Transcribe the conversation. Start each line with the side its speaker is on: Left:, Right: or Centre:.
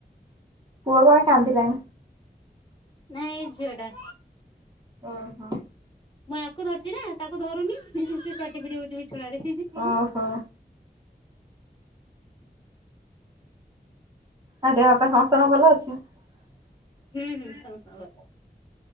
Right: ପୁଅ କଣ ପାଇଁ କାନ୍ଦିଲାଣି।
Left: ନାଇଁ ଏ ଝିଅ ଟା।
Right: ଓହୋ।
Left: ମୁଁ ୟାକୁ ଧରିଚି ନା ତାକୁ ଧରୁନି ହେଇଥିପାଇଁ ଛାଟିପିଟି ହଉଚି ବିଛଣାରେ।
Right: ଓହୋ ଆ ଦେହ ପା ସମସ୍ତଙ୍କ ଭଲ ଅଛି। ଉଁ
Left: ହୁଁ ହୁଁ ସମସ୍ତଙ୍କ ଭଲ ଅଛି।